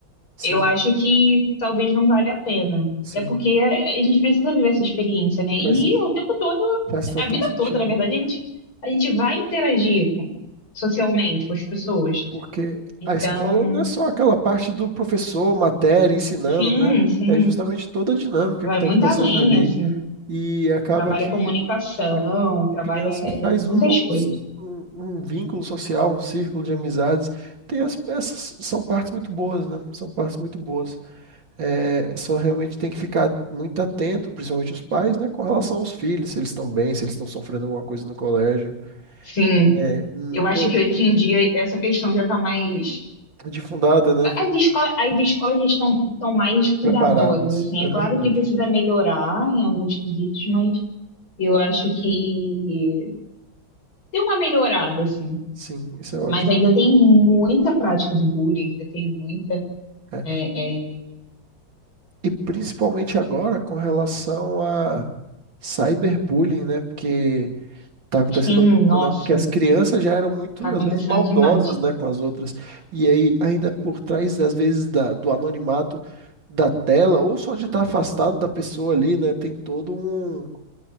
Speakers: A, on the right (about 65°); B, on the left (about 75°).
A: Sim,
B: eu acho que talvez não vale a pena.
A: sim.
B: É porque a, a gente precisa viver essa experiência, né? E
A: Faz
B: o tempo todo,
A: Faz total
B: a vida
A: sentido,
B: toda, na verdade, a gente, a gente vai interagir com- socialmente com as pessoas.
A: porque
B: Então,
A: a escola não é só aquela parte do professor, matéria, ensinando,
B: sim,
A: né?
B: sim,
A: É justamente toda a dinâmica
B: vai
A: que está
B: muito
A: acontecendo
B: além,
A: ali.
B: assim.
A: E acaba
B: Trabalha
A: que
B: comunicação,
A: a
B: trabalha
A: criança
B: é,
A: faz
B: muitas
A: um novo,
B: coisas.
A: um, um vínculo social, um círculo de amizades. Tem as, essas são partes muito boas, né? São partes muito boas. É, só realmente tem que ficar muito atento, principalmente os pais, né? Com relação aos filhos, se eles estão bem, se eles estão sofrendo alguma coisa no colégio.
B: Sim.
A: É, hum,
B: Eu acho
A: eu,
B: que hoje em dia essa questão já está mais.
A: de fundada, né?
B: As escolas, as escolas já estão, estão mais cuidadosas,
A: preparadas,
B: assim.
A: é
B: É claro
A: verdade.
B: que precisa melhorar em alguns quesitos, mas eu acho que tem uma melhorada, assim.
A: Sim, isso é ótimo.
B: Mas ainda tem muita prática do bullying, ainda tem muita.
A: é.
B: é, é,
A: E principalmente agora com relação a cyberbullying, né? Porque tá acontecendo
B: Sim,
A: muito,
B: nossa,
A: né? Porque as crianças já eram muito,
B: tá acontecendo
A: às vezes, maldosas,
B: demais.
A: né, com as outras. E aí, ainda por trás, às vezes, da- do anonimato da tela, ou só de estar afastado da pessoa ali, né? Tem todo um